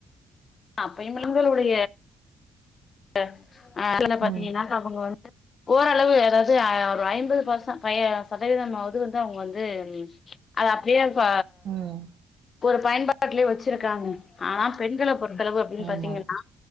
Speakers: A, on the left (about 45°); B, on the right (about 65°).
A: அஹ் அப்பய்லைமே ஒரு அஹ் ஆக்சுலா பாத்தீங்கனா
B: ம்
A: கோட்டமே வந்து ஓரளவு அதாவ்து ஒரு ஐம்பது பர்ச ஃப்பை சதவீதமாவ்து வந்து அவங்க வந்து அது அப்டியே ப
B: ம்
A: ஒரு பயன்பாட்லே வச்சிருக்காங்க ஆனா பெண்கள பொற் எத்ளவு அப்டின்
B: ஆமா
A: பாத்தீங்கன்னா